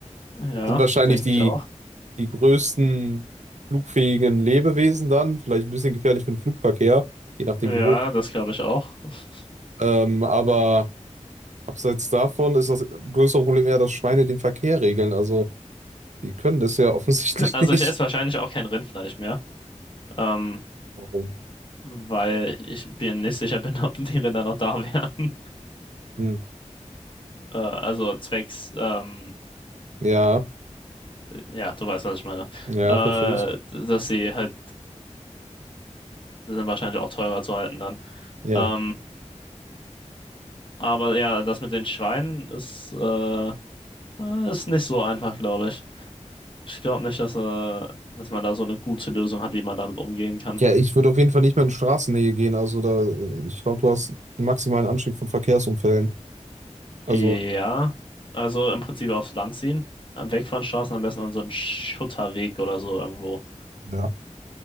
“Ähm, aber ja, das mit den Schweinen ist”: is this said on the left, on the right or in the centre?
Left